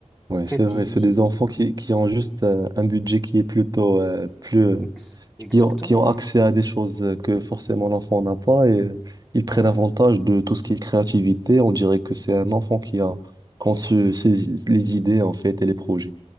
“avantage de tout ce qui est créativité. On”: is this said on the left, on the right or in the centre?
Right